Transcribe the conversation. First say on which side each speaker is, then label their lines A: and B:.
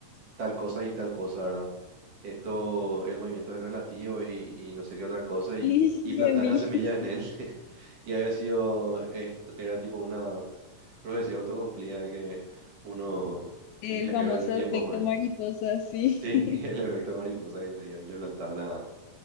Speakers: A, on the right; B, on the left.
A: Tal cosa y tal cosa, ¿verdad? Esto, el movimiento es relativo y, y no sé qué otra cosa y,
B: <laughs>
A: y plantás
B: Y Emilio,
A: la semilla
B: sí.
A: en él. <laughs> Y había sido, es- era tipo una profecía autocumplida de que uno,
B: El
A: un viajero
B: famoso
A: del tiempo
B: efecto
A: fue.
B: mariposa, sí.
A: Sí,
B: <laughs>
A: <laughs> el efecto mariposa que se iba y le plantaba la,